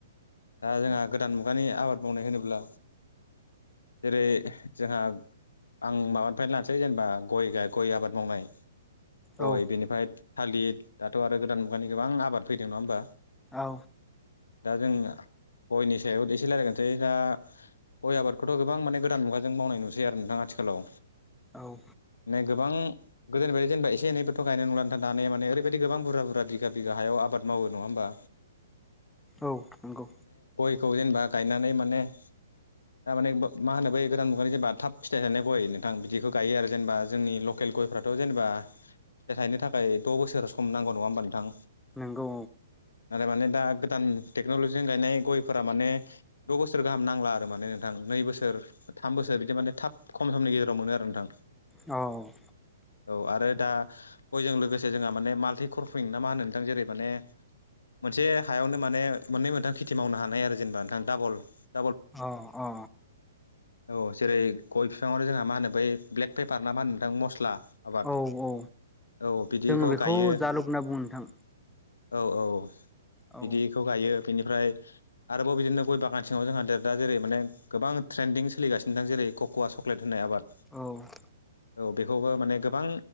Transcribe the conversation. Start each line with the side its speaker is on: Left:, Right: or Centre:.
Left: दा जोंहा गोदान मुगानि आबाद मावनाय होनोब्ला जेरै जोंहा आं माबानिफ्रायनो लानोसै जेनेबा गय गय आबाद मावनाय
Centre: औ
Left: गय बिनिफ्राय थालिर दाथ' आरो गोदान मुगानि गोबां आबाद फैदों नङा होमबा
Centre: औ
Left: दा जों गयनि सायाव' एसे रायलाय सै दा गय आबादखौथ' गोबां माने गोदान मुगाजों मावनाय नुसै आरो नोंथां आथिखालाव
Centre: औ
Left: नै गोबां गोदोनि बायदि जेनेबा एसे एनैबोथ' गायनाय नंला दा दाने माने ओरैबायदि गोबां बुरजा बुरजा बिघा बिघा हायाव आबाद मावो नङा होनबा
Centre: औ नंगौ
Left: खौ जेनेबा गायनानै माने थारमाने बो मा होनो बै गोदान मुगानि जेनबा थाब फिथाइ थायनाय गय नोंथां बिदिखौ गायो आरो जेनेबा जोंनि ल केल गयफ्राथ' जेनेबा फिथाय थायनो थाखाय द' बोसोर सम नांगौ नङा होमबा नोंथां
Centre: नंगौ
Left: नाथाय माने दा गोदान टेक्न'लजिजों गायनाय गयफोरा माने द' बोसोर गाहाम नांला आरो माने नोंथां नै बोसोर थाम बोसोर बिदि माने थाब खम समनि गेजेराव मोनो आरो नोंथां
Centre: औ
Left: औ आरो दा गयजों लोगोसे जोंहा माने माल्टि कर्फइं ना मा होनो नोंथां जेरै माने मोनसे हायावनो माने मोननै मोनथाम खेथि मावनो हानाय आरो जेनेबा नोंथां दाबल
Centre: अ अ
Left: औ जेरै गय बिफाङावनो जोंहा मा होनो बै ब्लेक पेपार ना मा होनो नोंथां मस्ला आबाद
Centre: औ औ
Left: औ बिदिखौ
Centre: जों बेखौ
Left: गायो
Centre: जालुग होनना बुङो नोंथां
Left: औ औ
Centre: औ
Left: बिदिखौ गायो। बेनिफ्राय आरोबाव बिदिनो गय बागान सिङाव जोंहा देर दा जेरै माने गोबां ट्रेन्दिं सोलिगासिनो नोंथां। जेरै क'वा चक्लेट होनाय आबाद
Centre: नोंथां
Left: औ बेखौबो माने गोबां